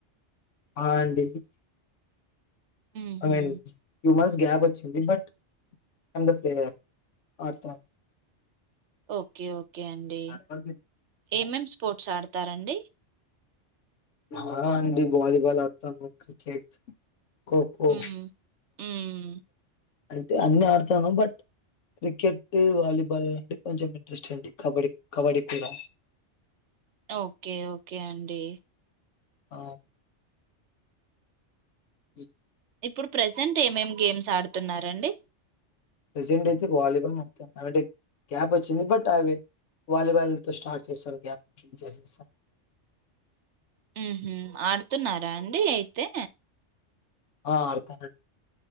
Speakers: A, on the left; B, on the right.
A: ఆ అండి
B: ఉహు
A: ఐ మీన్ ట్యూ మంత్స్ గ్యాపొచ్చింది బట్ ఐమ్ ద ప్లేయర్ ఆడ్తా
B: ఓకే ఓకే అండి
A: ఆ అండి ఆ
B: ఏమేం స్పోర్ట్స్ ఆడ్తారండి
A: హా అండి వాలీబాల్ ఆడ్తామూ క్రికెట్ ఖోఖో
B: ఉమ్ ఉమ్
A: అంటే అన్ని ఆడ్తానూ బట్ క్రికెట్టూ వాలీబాల్ అంటే కొంచెం ఇంట్రెస్ట్ అండి కబడ్డీ కబడ్డీ కూడా
B: ఓకే ఓకే అండి
A: ఆ ఇ
B: ఇప్పుడు ప్రసెంట్ ఏమేం గేమ్స్ ఆడ్తున్నారండీ
A: ప్రెసెంటైతే వాలీలాడ్తాను <unintelligible> గ్యాపొచ్చింది బట్ అవి వాలీబాల్ తో స్టార్ట్ చేశారు గ్యాప్ ఫిల్ చేసేసా
B: ఉహు ఆడ్తున్నారాండి అయితే
A: ఆ ఆడ్తాన